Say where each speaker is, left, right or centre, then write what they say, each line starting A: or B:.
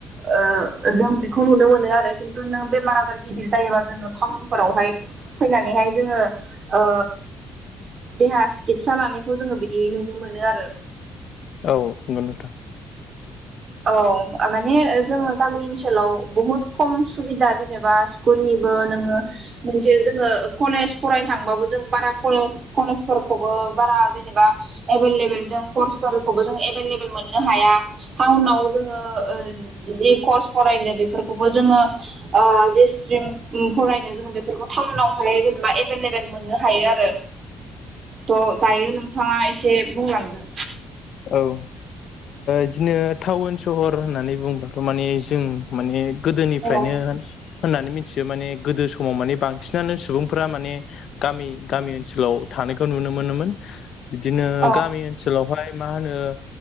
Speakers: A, on the right; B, on the left.
A: ओ जों बेखौ नुनो मोनो आरो खिन्थु नों बेमार जायोबा जोङो टाउनफोरावहाय फैनानैहाय जोङो ओ देहा सिकितसा लानायखौ जोङो बिदि नुनो मोनो आरो
B: औ नंगौ नोंथां।
A: औ माने जोङो गामि ओनसोलाव बहुद खम सुबिदा जेनेबा स्कुलनिबो बिनि सायाव जोंङो कलेस फरायनो थांब्लबो जों कलेस फोरखौबो बारा जेनेबा एभलेबेल जों कर्सफोरखौबो जों एभलेबल मोननो हाया टाउनाव जोङो ओ जि कर्स फरायनो बेफोरखौबो जोङो ओ जेसे फरायनो जोङो बेफोरखौ टाउनावहाय जेनेबा एभेलेबेल मोननो हायो आरो। थ' दायो नोंथाङा एसे बुंलांदो
B: औ ओ इदिनो टाउन सहर होननानै बुंब्लाथ' माने जों माने गोदोनिफ्रायनो
A: औ
B: होन होननानै मिथियो माने गोदो समाव माने बांसिनानो सुबुंफोरा माने गामि गामि ओनसोलाव था नायखौ नुनो मोनोन बिदिनो
A: औ
B: गामि ओनसोलावहाय मा होनो